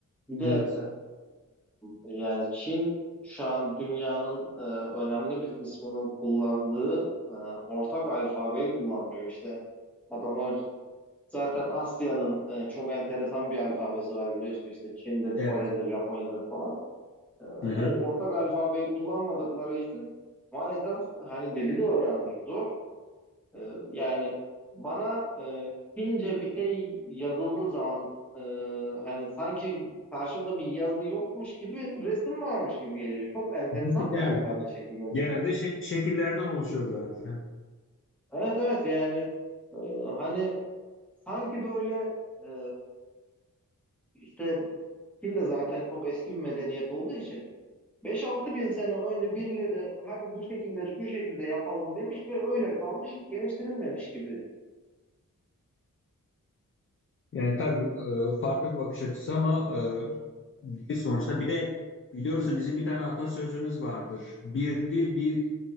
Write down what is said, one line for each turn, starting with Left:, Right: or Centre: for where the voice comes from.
Centre: Bir de
Left: Evet.
Centre: e, e, yani Çin şu an dünyanın e, önemli bir kısmının kullandığı e, ortak alfabeyi kullanmıyor işte. Adamlar zaten Asya'nın e, çok enteresan bir alfabesi var biliyorsun işte Çin'dir,
Left: Evet.
Centre: Kore'dir, Japonya'dır falan.
Left: Hı hı.
Centre: O ortak alfabeyi kullanmadıkları için maalesef hani dili de öğrenmek zor. Ee, yani bana e, Çince bir şey yazıldığı zaman e, hani sanki karşımda bir yazı yokmuş gibi resim varmış gibi geliyor. Çok enteresan
Left: <laughs> Evet.
Centre: bir alfabe şekli gerçekten.
Left: Genelde şek- şekillerden oluşuyor zaten.
Centre: Evet evet yani e, hani sanki böyle e, işte Çin de zaten çok eski bir medeniyet olduğu için Beş altı bin sene önce birileri hadi bu şekilde bu şekilde yapalım demiş ve öyle kalmış hiç geliştirilmemiş gibi.
Left: Yani tabii e, farklı bir bakış açısı ama e, değil sonuçta. Bir de biliyorsun bizim bir tane atasözümüz vardır. Bir dil bir